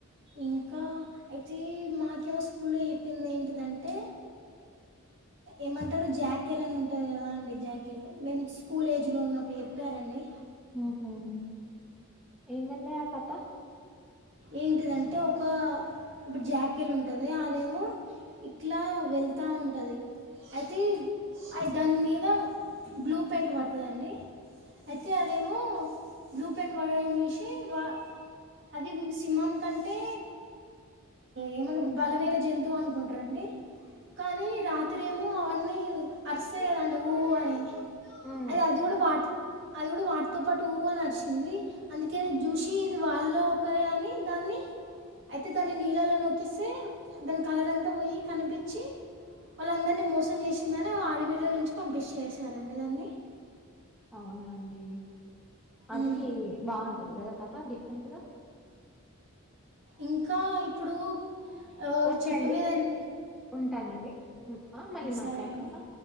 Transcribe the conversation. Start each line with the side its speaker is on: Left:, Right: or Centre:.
Right: ఇంకా అయితే మాకేమో స్కూల్లో జెప్పిందెంటిదంటె ఏమంటారు జాకెల్ అని ఉంటది కదా అండి జాకెలు మేము స్కూల్ ఏజ్లో ఉన్నప్ ఎప్ తారండి
Centre: ఉహుమ్ ఎమ్మాన ఆ కథ
Right: ఏంటిదంటే ఒక ఆ ఇప్ డు జాకిల్ ఉంటది అదేమో ఇట్లా వెళ్తా ఉంటది అయిబ్ అయ్ ద్ దాన్ మీద బ్లూ పెంట్ పడతదండి అయితే అదేమో బ్లూ పెన్ పడడం చూసి వా అది ఉ సింహం కంటే ఏమన్నఇపుడు బలమైన జంతువు అనుకుంటరండి కానీ రాత్రి ఎమో అవన్నీ అరుస్తయ్ గదండి ఉ అని
Centre: హ్మ్.
Right: అది అది గూడ వాటి అది గూడ వాటితో పాటు ఊ అని అరిశింది అందుకెనే ఇది జూసి ఇది వాళ్ళో ఒకరే అని దాన్ని అయితె దాన్ని నీళ్ళలో నుకేస్తే దాని కలర్ అంతా పోయి కనిపిచ్చి వాళ్ళందరినీ మోసం చేశిందని ఆ అడవిలో నుంచి పంపించెసారండి దాన్ని
Centre: అవునా అండి అదీ
Right: ఉమ్.
Centre: బావుంటది గదా కథ డిఫరెంట్గా
Right: ఇంకా ఇప్పుడు ఆ
Centre: ఓకే
Right: చెట్టు
Centre: అండి.
Right: మీద ఎన్
Centre: ఉంటానండి ఉ అ మళ్ళి మాట్లాడతాను
Right: సరే అండి.